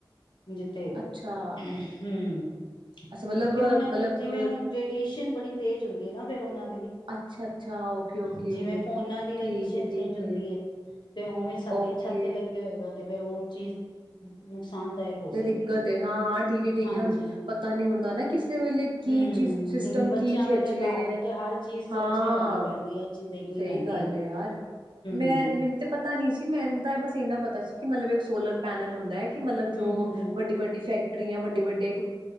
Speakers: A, on the left; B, on the right.
A: ਜਿੱਥੇ ਹੂੰ,
B: ਅੱਛਾ
A: ਕਿਉਂਕਿ
B: ਅੱਛਾ ਮਤਲਬ
A: ਉਹਨਾਂ
B: ਮਤਲਬ
A: ਦੀ ਜਿਵੇਂ ਹੁਣ ਰੇਡੀਏਸ਼ਨ ਬੜੀ ਤੇਜ਼ ਹੁੰਦੀ। ਦੇਨਾ ਫੇਰ ਉਹਨਾਂ
B: ਅੱਛਾ ਅੱਛਾ ਓਕੇ ਓਕੇ
A: ਜਿਵੇਂ ਫੋਨਾ ਦੀ
B: ਠੀਕ
A: ਰੇਡੀਸ਼ਨ
B: ਹੈ ਠੀਕ
A: ਚੇਂਜ ਹੁੰਦੀ ਹੈ, ਤੇ ਉਵੇਂ ਸਾਡੀ
B: ਓਕੇ
A: ਛੱਤ ਤੇ ਲੱਗੇ ਹੋਏਗਾ। ਤੇ ਫਿਰ ਉਹ ਚੀਜ਼, ਨੁਕਸਾਨਦਾਇਕ ਹੋ
B: ਤੇ
A: ਸਕਦੀ
B: ਦਿੱਕਤ
A: ਹੈ
B: ਹਾਂ-ਹਾਂ ਠੀਕ ਹੈ, ਠੀਕ
A: ਹਾਂਜੀ
B: ਹੈ ਹੁਣ ਪਤਾ ਨੀ ਹੁੰਦਾ ਨਾ ਕਿਸੇ ਵੇਲੇ ਕੀ
A: ਹਮ
B: ਚੀਜ਼ ਸਿਸਟਮ
A: ਹਮ ਬੱਚਿਆਂ
B: ਕੀ ਖਿੱਚਲੇ
A: ਵਾਲੇ ਘਰ ਦਾ ਤੇ ਹਰ ਚੀਜ਼ ਸੋਚ
B: ਹਾਂ
A: ਕੇ ਲੈਣੀ ਪੈਂਦੀ ਹੈ ਹਰ ਚੀਜ਼ ਦੇਖਣੀ
B: ਸਹੀ
A: ਪੈਂਦੀ
B: ਗੱਲ ਹੈ, ਯਾਰ ਮੈਂ
A: ਹਮ
B: ਮੈਨੂੰ ਤੇ ਪਤਾ ਨੀ ਸੀ, ਮੈਨੂੰ ਤਾਂ ਬਸ ਇੰਨਾ ਪਤਾ ਸੀ, ਕਿ ਮਤਲਬ ਇੱਕ ਸੋਲਰ ਪੈਨਲ ਹੁੰਦਾ ਹੈ, ਕਿ ਮਤਲਬ ਦੋ
A: ਹਮ ਹਮ ਹਮ
B: ਵੱਡੀ-ਵੱਡੀ ਫੈਕ ਫੈਕਟਰੀਆਂ ਵੱਡੇ-ਵੱਡੇ